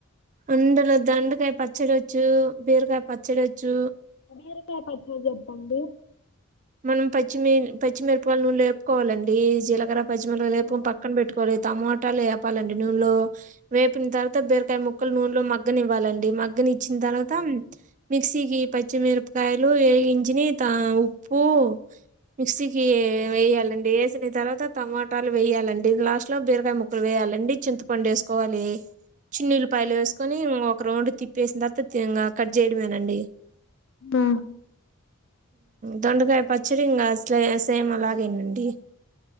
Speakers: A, on the right; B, on the left.
A: అందులో దొండకాయ పచ్చడోచ్చు బీరకాయ పచ్చడోచ్చు
B: బీరకాయ పచ్చడి చెప్పండి
A: మనం పచ్చిమిరపకాయలు నూనెలో వేపుకోవాలండి జీలకర పచ్చిమిరపకాయ వేపి
B: ఆ
A: పక్కన పెట్టాలి టమాటాలు వేపాలండి నూనెలో వేపిన తర్వాత బీరకాయ ముక్కలు నూనెలో మగ్గనివ్వాలండి మగ్గనిచ్చి తర్వాత
B: ఆ
A: మిక్సీకి పచ్చిమిరపకాయలు వేగించినని ఉప్పు మిక్సీకి వేయాలండి వేసిన తర్వాత టమాటాలు వేయాలండి లాస్ట్ లో బీరకాయ ముక్కలు వేయాలండి చింతపండు వేసుకోవాలి చిన్నీఉల్లిపాయలు వేసుకొని ఒక రౌండ్ తిప్పేసిన తర్వాత కట్ చేయడమేనండి
B: ఆ
A: దొండకాయ పచ్చడి ఇంకా సేమ్ అలాగేనండి